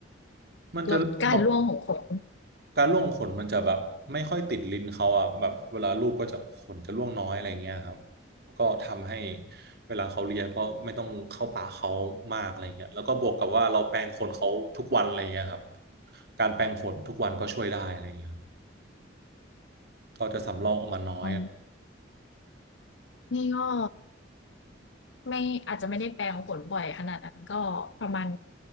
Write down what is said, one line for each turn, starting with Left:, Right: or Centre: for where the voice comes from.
Right: มันจะเริ่มนอน
Left: ลดการร่วงของขน
Right: การร่วงขนมันจะแบบไม่ค่อยติดลิ้นเขาอ่ะแบบเวลาลูบก็จะขนจะร่วงน้อยอะไรเงี้ยครับก็ทำให้เวลาเขาเลียก็ไม่ต้องเข้าปากเขามากอะไรเงี้ยแล้วก็บวกกับว่าเราแปรงขนเขาทุกวันอะไรเงี้ยครับการแปรงขนทุกวันก็ช่วยได้อะไรเงี้ยครับเขาจะสำรอกออกมาน้อย
Left: อ๋อนี่ก็ ไม่อาจจะไม่ได้แปลงผลบ่อยขนาดนั้นก็ประมาณ